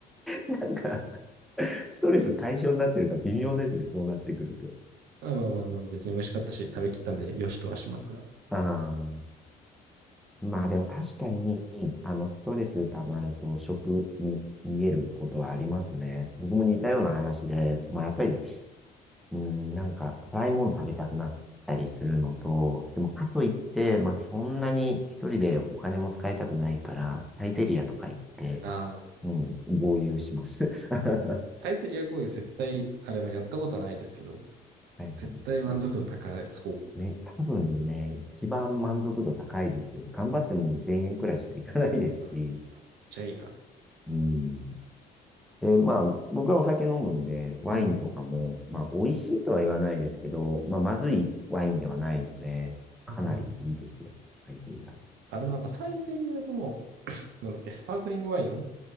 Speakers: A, in the centre; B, on the right (about 85°).
A: なんか <laughs> ストレス対象になってるか微妙ですね、そうなってくると。
B: まあまあまあまあ、別に美味しかったし、食べきったんで、よしとはしますが。
A: あーまあでも確かに、あの、ストレス溜まると食に逃げることはありますね。僕も似たような話で、まあやっぱり、うん、なんか、辛いもの食べたくなったりするのと、でもかといって、まあそんなに一人でお金も使いたくないから、サイゼリアとか行って、
B: ああ、
A: うん、豪遊します。<laughs>
B: サイゼリア合流絶対、あれはやったことはないですけど、
A: はいはい。
B: 絶対満足度高そう。
A: め、多分ね、一番満足度高いですよ。頑張っても2000円くらいしかいかないですし。
B: うん、めっちゃいいな。
A: うん。で、まあ、僕はお酒飲むんで、ワインとかも、
B: うん。
A: まあ、美味しいとは言わないですけど、まあ、まずいワインではないので、かなりいいですよ。
B: うんうん
A: サイゼリヤ。
B: あ、でもなんかサイゼリアの、<coughs> なんだっけ、スパークリングワイン